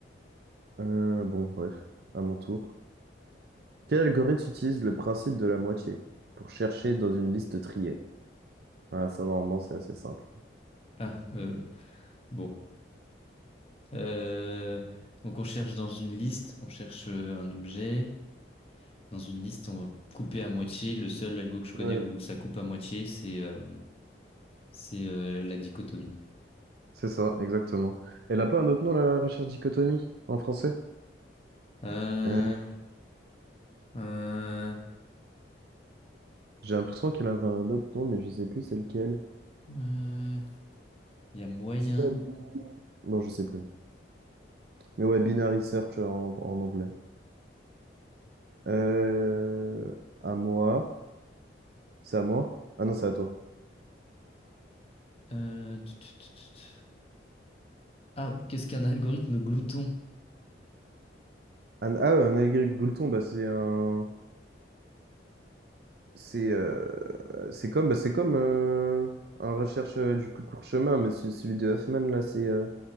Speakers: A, on the right; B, on the left.
A: Euh, bon, bref, à mon tour. Quel algorithme utilise le principe de la moitié pour chercher dans une liste triée? Ah ça, normalement, c'est assez simple.
B: Ah, euh, bon. Euh, donc on cherche dans une liste, on cherche euh, un objet. Dans une liste, on va couper à moitié. Le seul algo que je connais
A: Oui,
B: où ça coupe à moitié, c'est euh, c'est euh, la dichotomie.
A: c'est ça, exactement. Elle a pas un autre nom, la recherche dichotomie, en français?
B: Euh,
A: Euh,
B: euh,
A: j'ai l'impression qu'elle avait un autre nom, mais je sais plus c'est lequel.
B: euh, Il y a moyen.
A: C'est pas... bi- Bon, je sais plus. Mais ouais, binary search en, en anglais. Euh, à moi. C'est à moi? Ah non, c'est à toi.
B: Euh, tut, tut, tut, tut. Ah, qu'est-ce qu'un algorithme glouton?
A: Un- ah ouais, un allegri Goulton, bah, c'est un. C'est euh, c'est comme, bah, c'est comme euh, un recherche euh, du plus court chemin, mais c'est- celui de Hoffman, là, c'est. euh,